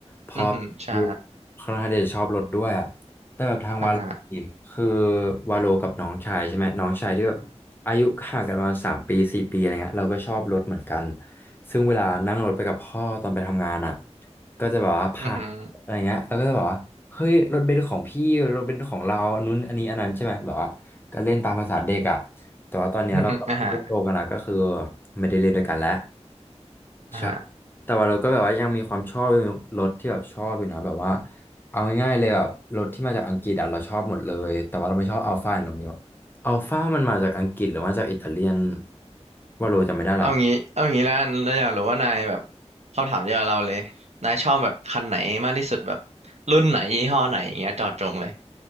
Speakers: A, on the left; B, on the right.
A: พ่อที่
B: อือหือใช่
A: ค่อนข้างที่จะชอบรถด้วยอ่ะแต่แบบทางวาโลนี่คือ
B: อ่าฮะ
A: วาโลกับน้องชายใช่ไหมน้องชายที่แบบอายุห่างกันประมาณสามปีสี่ปีอะไรเงี้ยเราก็ชอบรถเหมือนกันซึ่งเวลานั่งรถไปกับพ่อตอนไปทำงานอ่ะก็จะแบบว่าพา
B: อือหือ
A: อะไรเงี้ยแล้วก็จะแบบว่า เฮ้ยรถเบนซ์ของพี่รถเบนซ์ของเรานู้นอันนี้อันนั้นใช่ไหมแบบว่าก็เล่นตามภาษาเด็กอ่ะแต่ว่าตอนเนี้ยเราก็โตกันแล้วก็คือ
B: อือหืออ่าฮะ
A: ไม่ได้เล่นด้วยกันแล้ว
B: อ่าฮะ
A: ใช่แต่ว่าเราก็แบบว่ายังมีความชอบยังมีรถที่แบบชอบอยู่นะแบบว่าเอาง่ายๆเลยแบบรถที่มาจากอังกฤษอ่ะเราชอบหมดเลย แต่ว่าเราไม่ชอบอัลฟาโรเมโออัลฟามันมาจากอังกฤษหรือว่าจากอิตาเลียนว่าโรจำไม่ได้ละ
B: เอางี้เอางี้แล้วกันเราอยากรู้ว่านายแบบเขาถามเดียวกับเราเลยนายชอบแบบคันไหนมากที่สุดแบบรุ่นไหนยี่ห้อไหนอย่างเงี้ยเจอดจงเลย